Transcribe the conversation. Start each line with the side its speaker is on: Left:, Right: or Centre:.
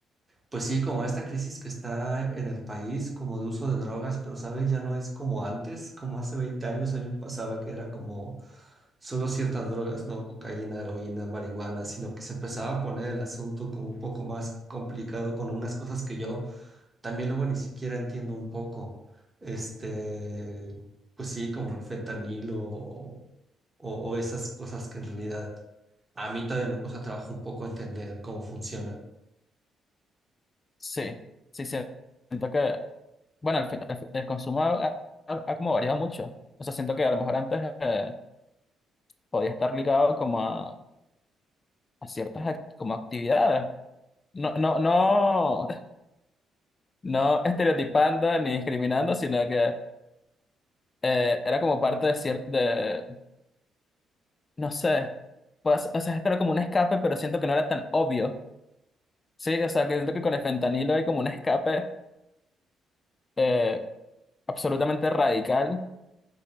Right: pues sí, como a esta crisis que está en el país, como de uso de drogas, pero sabes, ya no es como antes, como hace 20 años a mí me pasaba que era como solo ciertas drogas, no cocaína, heroína, marihuana, sino que se empezaba a poner el asunto como un poco más complicado con unas cosas que yo También luego ni siquiera entiendo un poco, este, pues sí, como el fentanilo o, o- o esas cosas que en realidad a mí todavía me cuesta trabajo un poco entender cómo funcionan.
Left: Sí, sí, siento que, bueno, el, fi- el fi- el consumo ha, ha- ha como variado mucho. O sea, siento que a lo mejor antes eh, podía estar ligado como a, a ciertas act- como actividades. No, no, no, <laughs> no estereotipando ni discriminando, sino que eh, era como parte de cier- de, no sé, pues, o sea, era como un escape, pero siento que no era tan obvio. Sí, o sea, que siento que con el fentanilo hay como un escape eh, absolutamente radical